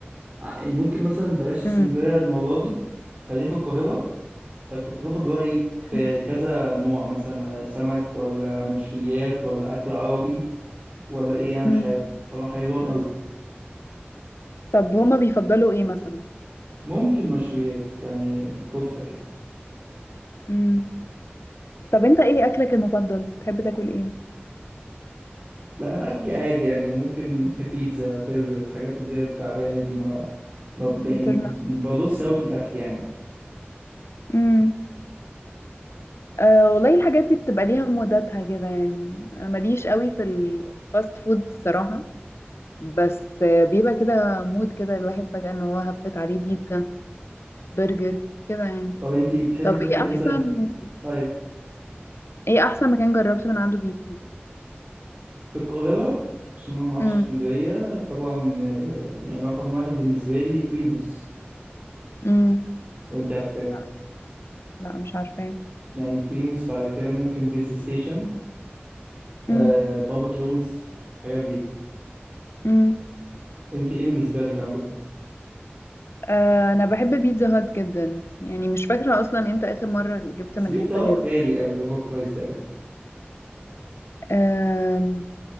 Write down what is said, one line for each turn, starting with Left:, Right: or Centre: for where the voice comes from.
Right: ع- يعني ممكن مثلا بلاش اسكندرية
Left: مم.
Right: المرة دي خلينا في القاهرة فكنت باخد رأيك في
Left: مم.
Right: كذا نوع مثلا سمك ولا مشويات ولا أكل عربي ولا ايه انا مش
Left: مم.
Right: عارف فانا حيران قوي
Left: طب هما بيفضلوا ايه مثلا
Right: ممكن مشويات يعني كفتة كده
Left: مم. طب انت ايه اكلك المفضل بتحب تاكل ايه
Right: لا انا اكلي عادي يعني ممكن <laughs> بيتزا برجر الحاجات اللي هي التعبانة دي ما ما- ب-
Left: انترناشونال
Right: م- بدوس قوي في الاكل يعني
Left: امم أه والله الحاجات دي بتبقى ليها موداتها كده يعني انا ماليش قوي في الفاست فود الصراحة بس بيبقى كده مود كده الواحد فجأة ان هو هفت عليه بيتزا برجر كده يعني
Right: طب انتي بتحبي
Left: طب
Right: تاكلي
Left: ايه
Right: مثلا
Left: احسن
Right: ايوه
Left: ايه احسن مكان جربت من عنده بيتزا
Right: في القاهرة عشان انا ما اعرفش
Left: امم
Right: اسكندرية طبعا آه، يعني رقم واحد بالنسبة لي بريموس
Left: امم
Right: لو انت عارفاه
Left: لا لا مش عارفة
Right: يعني بريموس بعد كده ممكن بيتزا ستيشن آه
Left: امم
Right: بابا جونز الحاجات دي
Left: امم
Right: انت ايه بالنسبة لك عندكم
Left: آه انا بحب بيتزا هات جدا يعني مش فاكرة اصلا امتى اخر مرة جبت
Right: سبيت
Left: من حتة
Right: ساعات
Left: غيره
Right: غالي قوي اوفر برايسد قوي
Left: آه